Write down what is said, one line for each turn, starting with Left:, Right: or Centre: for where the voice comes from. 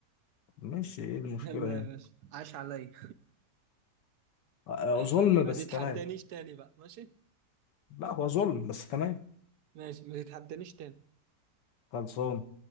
Left: ماشي ايه المشكلة
Right: يلا
Left: يعني
Right: يا باشا عاش عليا
Left: آه، آه، ظلم
Right: <laughs> ما
Left: بس
Right: تتحدانيش
Left: تمام
Right: تاني بقى ماشي
Left: لا هو ظلم بس تمام
Right: ماشي ما تتحدانيش تاني
Left: خلصان